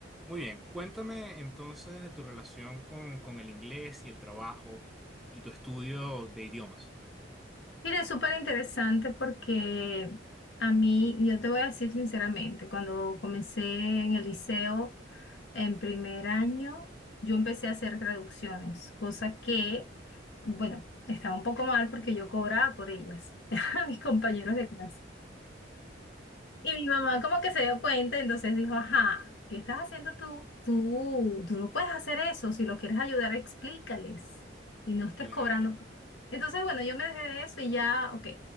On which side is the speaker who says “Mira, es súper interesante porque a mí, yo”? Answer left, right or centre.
Left